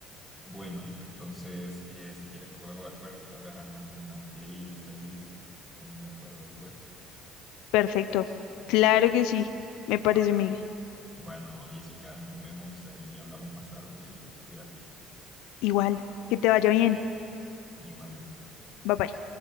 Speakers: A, in the centre; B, on the left.
A: Bueno, entonces, eh, si quieres nos ponemos de acuerdo. Tal vez armamos una playlist ahí. Nos ponemos de acuerdo después.
B: Perfecto. Claro que sí, me parece,
A: Va.
B: Miguel.
A: Bueno, Jessica, nos vemos ahí. Hablamos más tarde y cuídate.
B: Igual, que te vaya bien.
A: Igualmente.
B: Bye bye.